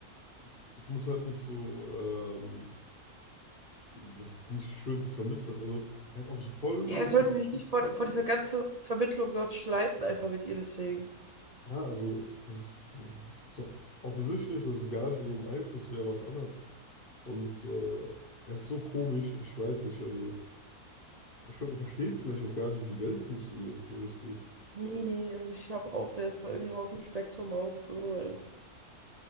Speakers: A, on the left; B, on the right.
A: es, es muss halt nicht so, ähm, das ist nicht die Schuld des Vermittlers. Also er hat auch so voll unrealistisch
B: Ja, er sollte sich nicht
A: gestanden.
B: vor, vor dieser ganzen Vermittlung dort streiten, einfach mit ihr deswegen.
A: Ja, also das ist, das ist doch offensichtlich, dass es gar nicht in ihrem Einfluss wäre, was anhat. Und äh, er ist so komisch, ich weiß nicht. Also ich glaube, er versteht vielleicht auch gar nicht, wie die Welt funktioniert, so richtig.
B: Nee, nee, also ich habe auch, der ist da irgendwo auf dem Spektrum auch so, weil das ist